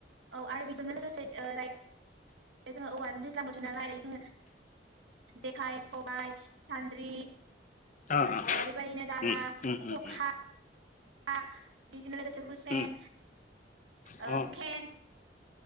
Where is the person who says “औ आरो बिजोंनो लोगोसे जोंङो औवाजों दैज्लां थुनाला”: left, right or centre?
Right